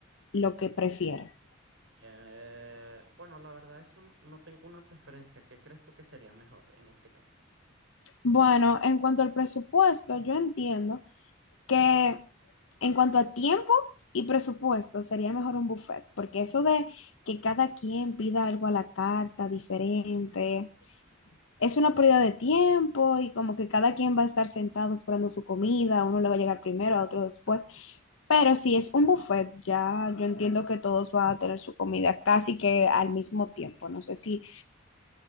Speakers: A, on the left; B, on the right.
A: lo que prefiera?
B: Eh, bueno, la verdad, eso no, no tengo una preferencia. ¿Qué crees tú que sería mejor en este caso?
A: Bueno, en cuanto al presupuesto, yo entiendo que en cuanto a tiempo y presupuesto sería mejor un buffet, porque eso de que cada quien pida algo a la carta diferente, es una pérdida de tiempo y como que cada quien va a estar sentado esperando su comida, a uno le va a llegar primero, a otro después. Pero si es un buffet, ya yo entiendo que todos van a tener su comida casi que al mismo tiempo. No sé si